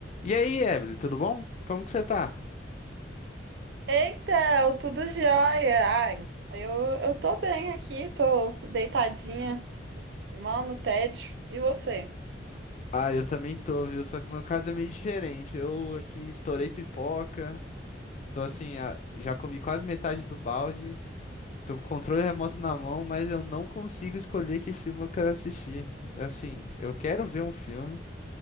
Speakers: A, on the left; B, on the right.
A: E aí, Evelyn, tudo bom? Como que você tá?
B: Eita, tudo jóia. Ai, eu, eu tô bem aqui, tô deitadinha, mal no tédio. E você?
A: Ah, eu também tô, viu? Só que o meu caso é meio diferente. Eu aqui estourei pipoca, tô assim, ah, já comi quase metade do balde, tô com o controle remoto na mão, mas eu não consigo escolher que filme eu quero assistir. Assim, eu quero ver um filme,